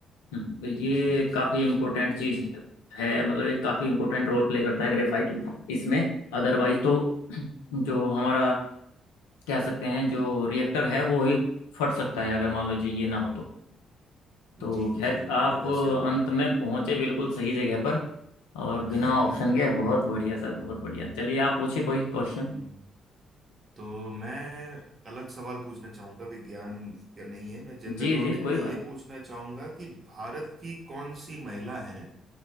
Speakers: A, on the left (about 80°); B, on the right (about 45°).
A: हम्म, तो ये
B: जी
A: काफी
B: जी
A: इंपॉर्टेंट
B: जी
A: चीज है, है मतलब एक काफी इंपॉर्टेंट रोल प्ले करता है ग्रेफाइट इसमें अदरवाइज तो जो हमारा कह सकते हैं जो रिएक्टर है वो ही फट सकता है अगर मान लीजिए ये ना हो तो
B: जी
A: तो खैर
B: जी बिल्कुल
A: आप
B: ऐसे ही हुए
A: अंत
B: थे
A: में पहुंचे बिल्कुल सही जगह पर और
B: <laughs>
A: बिना ऑप्शन के बहुत बढ़िया सर बहुत बढ़िया चलिए आप पूछे कोई क्वेश्चन
B: हम्म। तो मैं अलग सवाल पूछना चाहूंगा विज्ञान का नहीं है मैं जनरल
A: जी
B: नॉलेज
A: जी कोई
B: में ये
A: बात
B: पूछना चाहूंगा कि भारत की कौन सी महिला हैं